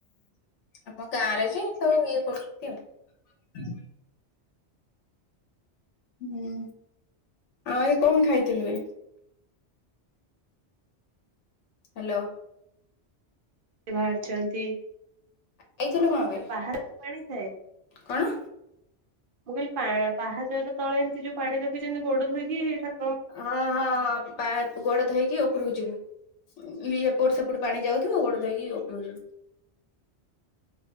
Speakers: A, on the left; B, on the right.
A: ଆମ ଗାଁରେ ଯେ ସବୁ ଇଏ କରୁଛନ୍ତି ଆଉ। ହୁଁ, ଆଉ ଏ କଣ ଖାଇଥିଲୁ ବେ? ହାଲୋ‌।
B: ବାହାରିଛନ୍ତି।
A: ଖାଇଥିଲୁ କଣ ବେ?
B: ଯୋଉ ପାହାଡର ପାଣି ଥାଏ
A: କଣ?
B: ମୁଁ କହିଲି ପା-ପାହାଚର ତଳେ ଏମିତି ଯୋଉ ପାଣି ରଖିଚନ୍ତି ଗୋଡ ଧୋଇକି ଠାକ
A: ହଁ, ହଁ, ହଁ, ଗୋଡ ପା-ଧୋଇକି ଉପରକୁ ଯିବୁ। ଉଁ, ଇଏ ଏପଟ ସେପଟ ପାଣି ଯାଉଥୁବ ଗୋଡ ଧୋଇକି ଉପରକୁ ଯିବୁ।